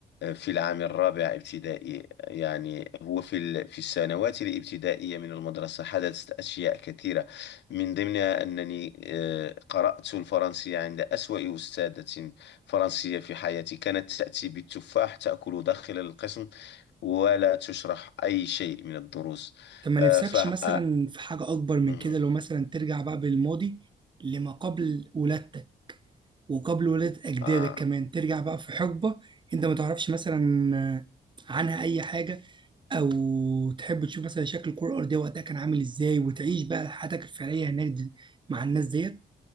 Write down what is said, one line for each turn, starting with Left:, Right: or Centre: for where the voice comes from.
Left: في العام الرابع ابتدائي يعني هو في ال- في السنوات الابتدائية من المدرسة حدثت أشياء كثيرة من ضمنها أنني آه، قرأت الفرنسية عند أسوأ أستاذة فرنسية في حياتي كانت تأتي بالتفاح تأكل داخل القسم ولا تشرح أي شيء من الدروس
Right: طب ما
Left: آه،
Right: نفسكش
Left: ف آه،
Right: مثلا في حاجة اكبر من
Left: مم،
Right: كده لو مثلا ترجع بقى بالماضي لما قبل ولادتك وقبل ولادة اجدادك
Left: آه،
Right: كمان ترجع بقى في حقبة انت ما تعرفش مثلا آه، عنها اي حاجة او تحب تشوف مثلا شكل الكرة الارضية وقتها كان عامل ازاي وتعيش بقى حياتك الفعلية هناك دي- مع الناس ديت